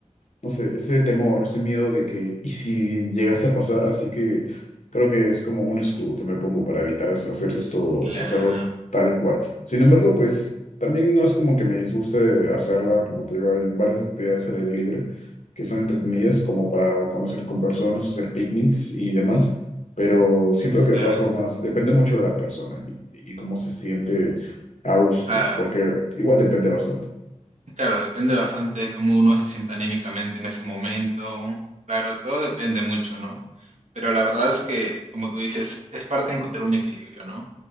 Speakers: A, on the left; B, on the right.
A: no sé, ese temor, ese miedo de que, ¿y si llegase a pasar? Así que creo que es como un escudo que me pongo para evitar hac- hacer esto,
B: claro,
A: hacerlo tal cual. Sin embargo, pues también no es como que me disguste hacerla, como te digo, hay varias actividades al aire libre que son entretenidas, como para conocer con personas, hacer picnics y demás. Pero siento
B: claro.
A: que de todas formas depende mucho de la persona y, y cómo se siente a gusto,
B: Ah,
A: porque igual depende bastante.
B: claro, depende bastante de cómo uno se sienta anímicamente en ese momento. Claro, todo depende mucho, ¿no? Pero la verdad es que, como tú dices, es parte de encontrar un equilibrio, ¿no?